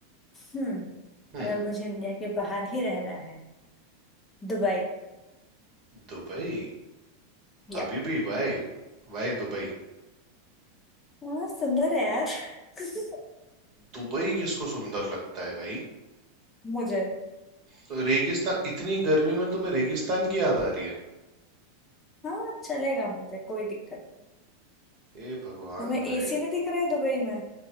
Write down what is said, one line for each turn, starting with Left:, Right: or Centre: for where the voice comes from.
Left: हम्म
Right: हम्म
Left: अगर मुझे इंडिया के बाहर ही रहना है दुबई
Right: दुबई हबीबी
Left: यप
Right: वाई वाई दुबई
Left: हाँ सुंदर है यार <laughs>
Right: दुबई किसको सुंदर लगता है भाई
Left: मुझे
Right: तो रेगिस्तान इतनी गर्मी में तुम्हें रेगिस्तान की याद आ रही है
Left: हाँ चलेगा मुझे कोई दिक्कत
Right: ए भगवान
Left: तुम्हें एसी
Right: भाई
Left: नहीं दिख रहा है दुबई में